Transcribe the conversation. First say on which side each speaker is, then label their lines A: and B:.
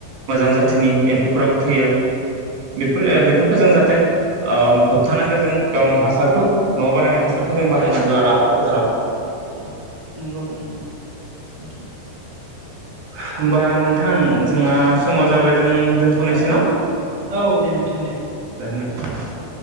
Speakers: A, on the right; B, on the right.
A: मोजां जाथिनि
B: औ
A: एम्फौफोराबो थैयो बेफोर बेफोरखौ जों जाहाथे ओ होबथानांगो जों गावनि हासारखौ न'आव बानायनाय हासारखौ जों बाहायनांगौ आरो आबाद फोथाराव।
B: अ नोंगौ नोंगौ नोंथां।
A: होमबा नोंथां जोंहा समा जाबाय। जों दोनथ'नोसै
B: औ
A: न'
B: औ दे नोंथां दे
A: दे नोंथां
B: दे।